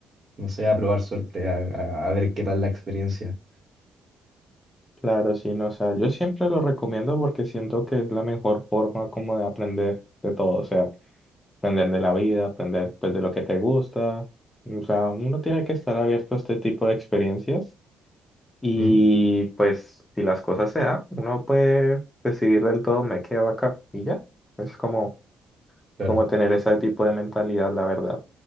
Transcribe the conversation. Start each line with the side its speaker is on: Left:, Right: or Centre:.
Right: no sé, a probar suerte, a, a- a ver qué tal la experiencia.
Left: Claro, sí, no, o sea, yo siempre lo recomiendo porque siento que es la mejor forma como de aprender de todo, o sea, aprender de la vida, aprender pues de lo que te gusta, o sea, uno tiene que estar abierto a este tipo de experiencias y
Right: Mm,
Left: pues si las cosas se dan, uno puede decidir del todo me quedo acá y ya, es como,
Right: Claro.
Left: como tener ese tipo de mentalidad, la verdad.